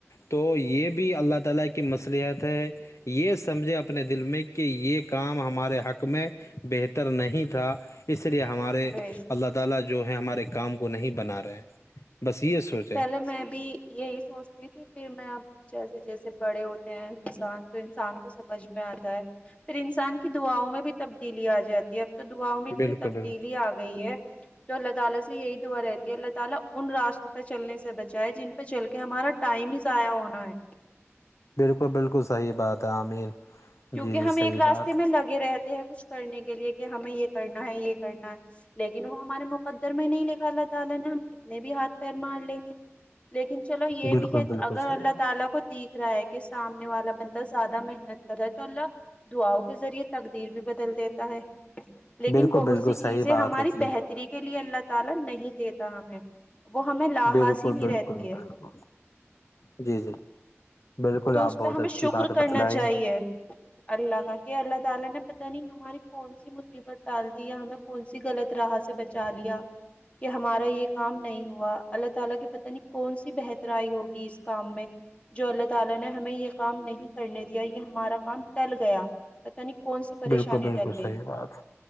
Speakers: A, on the left; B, on the left.
A: تو یہ بھی اللہ تعالی کی مصلحت ہے یہ مجھے اپنے دل میں کہ یہ کام ہمارے حق میں بہتر نہیں تھا اس لیے ہمارے
B: بے شک
A: اللہ تعالی جو ہے ہمارے کام کو نہیں بنا رہے ہیں بس یہ سوچ
B: پہلے میں بھی یہی سوچتی تھی پھر میں جیسے جیسے بڑے ہوتے ہیں انسان تو انسان کو سمجھ میں آتا ہے پھر انسان کی دعاؤ میں بھی تبدیلی آ جاتی اب تو دعاؤں میں اتنی
A: بالکل
B: تبدیلی
A: بالکل
B: آ گئی ہے تو اللہ تعالی سے یہی دعا رہتی ہے اللہ تعی ان راست پہ چلنے سے بچا ہے جن پہ چل کے ہمارا ٹائم ہی ضائع ہونا ہے
A: بالکل بالکل صحیح بات ہے آمین
B: کیونکہ
A: جی جی
B: ہم
A: صحیح
B: ایک راستے
A: بات
B: میں لگے رہتے ہیں کچھ کرنے کے لیے کہ ہمیں یہ کرنا ہے یہ کرنا ہے لیکن وہ ہمارے مقدر میں نہیں لھا اللہ تعالی نے ہم کتنے بھی ہاتھ پیر مار لیں گے لیکن چلو یہ
A: بالکل
B: بھی ہے
A: بالکل
B: اگر
A: صحیح
B: اللہ
A: بات
B: تعالی کو دیکھ رہا ہے کہ سامنے والا بندہ زیادہ محنت قدرت اللہ دعاؤ کے ذریعے تقدیر بھی بدل دیتا ہے لیکن
A: بالکل
B: بہت
A: بالکل
B: سی
A: صحیح
B: چیزیں
A: بات
B: ہماری
A: ہے جی
B: بہتری
A: جی
B: کے لیے اللہ تعالی نہیں دیتا ہمیں وہ ہمیں لاحاسی
A: بالکل
B: ہی بھی
A: بالکل
B: رہتی ہے
A: بالکل جی جی بالکل
B: تو
A: آپ
B: اس
A: بہت
B: پہ ہمیں
A: اچھی
B: شکر
A: بات
B: کرنا
A: بتلائی
B: چاہیے اللہ کا کہ اللہ تعالی نے پتہ نہیں ہماراری کون سی ی مصیبت ڈال دی یا ہمیں کون سی غط راہ سے بچا لیا کہ ہمارا یہ کام نہیں ہوا اللہ تعالی کی پتہ نہیں کون سی بہترائی ہوگی اس کام میں جو اللہ تعالینے ہمیں یہ کام نہیں کرنے دیا یہ ہمارا کام ٹل گیا پت نہیں کون سی پریشانی
A: بالکل بالکل
B: ٹل گئی
A: صحیح بات